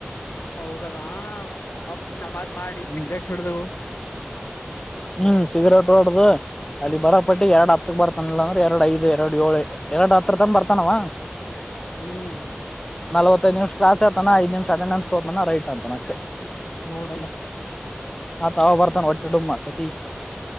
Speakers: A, on the left; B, on the left.
A: ಹೌದಲ್ಲಾ ಅಪ್ಪ ನಮಾಜ್ ಮಾಡಿ
B: ಹ್ಮ್
A: ಸಿಗರೇಟ್ ಹೊಡ್ದವು ಹ
B: ಹ್ಮ್ ಸಿಗರೇಟ್ ರೋಡ್ದ ಅಲ್ಲಿ ಬರೋ ಪಟ್ಟಿ ಎರಡ್ ಹತ್ತಕ್ ಬರ್ತಾನಿಲ್ಲ ಅಂದ್ರೆ ಎರಡ್ ಐದು ಎರಡು ಏಳು ಎರಡು ಹತ್ರ ತಂದ ಬರ್ತಾನವ
A: ಹ್ಮ್
B: ನಲವತ್ತೈದು ನಿಮಿಷ ಕ್ಲಸ್ತ ಐದು ನಿಮಿಷ ಅಟೆನ್ಸ್ ತೋತಾನ ರೈಟ್ ಅಂತಾನ
A: ನೋಡಲ್ಲ
B: ಮತ್ಯಾವ ಬರ್ತಾನ ಹೊಟ್ಟಿ ಡುಮ್ಮ ಸತೀಶ್